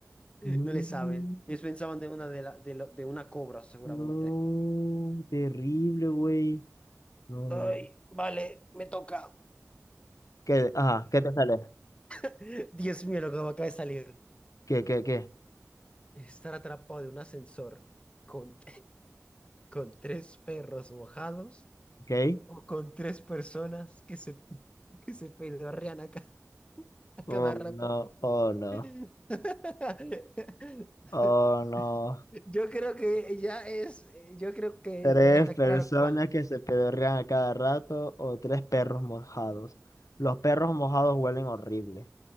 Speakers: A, on the left; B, on the left.
A: <laughs>
B: Mm,
A: No le saben. Ellos pensaban de una, de la- de lo- de una cobra, seguramente.
B: No, terrible, güey. No,
A: Ay,
B: no.
A: vale, me toca.
B: ¿Qué, ajá, ¿qué te sale?
A: <laughs> Dios mío, lo que me acaba de salir.
B: ¿Qué, qué, qué?
A: Estar atrapado de un ascensor con, <laughs> con tres perros mojados
B: ¿Ok?
A: o con tres personas que se, <laughs> que se pedorrean a, ca- a cada
B: Oh, no,
A: rato.
B: oh, no,
A: <laughs>
B: oh, no.
A: Yo creo que ya es, eh, yo creo que
B: Tres
A: ya está
B: personas
A: claro cuál.
B: que se pedorrean a cada rato o tres perros mojados. Los perros mojados huelen horrible.